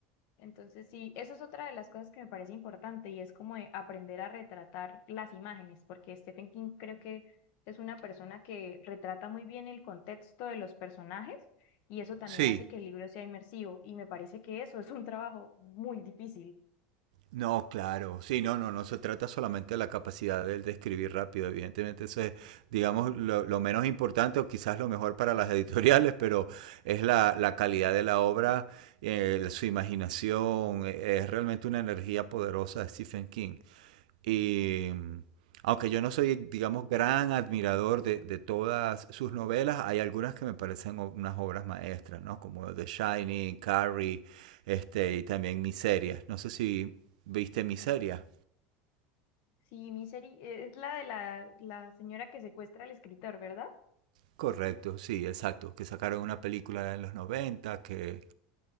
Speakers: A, on the left; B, on the right.
A: Entonces, sí, eso es otra de las cosas que me parece importante y es como de aprender a retratar las imágenes, porque Stephen King creo que es una persona que retrata muy bien el contexto de los personajes y eso también
B: Sí,
A: hace que el libro sea inmersivo y me parece que eso es un trabajo muy difícil.
B: No, claro, sí, no, no, no se trata solamente de la capacidad de, de escribir rápido, evidentemente eso es, digamos, lo, lo menos importante o quizás lo mejor para las <laughs> editoriales, pero es la, la calidad de la obra, eh, su imaginación, eh, es realmente una energía poderosa de Stephen King. Y aunque yo no soy, digamos, gran admirador de, de todas sus novelas, hay algunas que me parecen o- unas obras maestras, ¿no? Como The Shining, Carrie, este, y también Miserias. No sé si viste Miserias.
A: Sí, Misery eh, es la de la, la señora que secuestra al escritor, ¿verdad?
B: Correcto, sí, exacto. Que sacaron una película en los 90 que